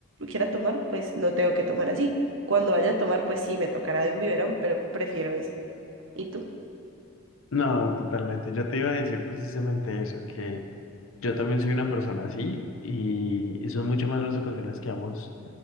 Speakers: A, on the right (about 65°); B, on the left (about 75°).
A: quiera tomar, pues no tengo que tomar así. Cuando vaya a tomar, pues sí, me tocará de un biberón, pero prefiero esa. ¿Y tú?
B: No, totalmente. Yo te iba a decir precisamente eso, Yo también soy una persona así y, y son mucho más las ocasiones que vamos